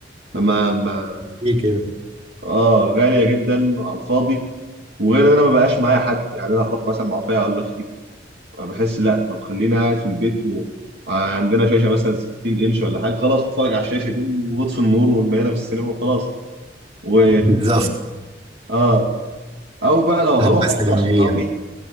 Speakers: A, on the right; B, on the right.
A: فما ما
B: ايه كده
A: اه غاليه جدا على الفاضي وغير ان انا ما بقاش معايا حد يعني انا هروح مثلا مع اخويا ولا اختي بحس لا طب خلينا قاعد في البيت وعندنا شاشه مثلا 60 انش ولا حاجه خلاص اتفرج على الشاشه دي واطفي النور ونبقينا في السينما وخلاص و
B: بالظبط
A: اه او بقى لو هروح
B: أجواء سينمائية
A: اروح مع صحابي